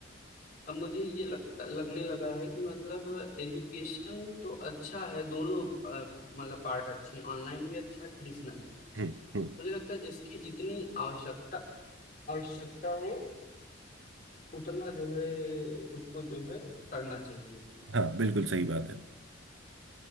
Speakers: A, on the left; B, on the right.
A: अब मुझे ये लगता लगने लगा है कि मतलब एजुकेशन तो अच्छा है दोनों अ, मतलब पार्ट अच्छे हैं ऑनलाइन भी अच्छा ट्रेडिशनल भी अच्छा
B: हम्म हम्म
A: मुझे लगता है जिसकी जितनी आवश्यकता आवश्यकता हो उतना जो है उसको जो है करना चाहिए
B: हाँ बिल्कुल सही बात है